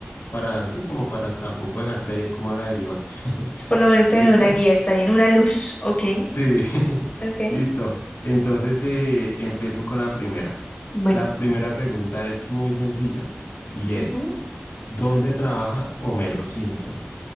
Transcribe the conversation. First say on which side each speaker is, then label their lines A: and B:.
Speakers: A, on the left; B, on the left.
A: para así como para tampoco dejarte ahí como a la deriva. <laughs>
B: Si por lo menos tener
A: ¿Listo?
B: una guía está bien, una luz. Ok,
A: Sí, <laughs>
B: ok.
A: listo. Entonces eh, empiezo con la primera.
B: Bueno.
A: La primera pregunta es muy sencilla y es,
B: ujú,
A: ¿dónde trabaja Homero Simpson?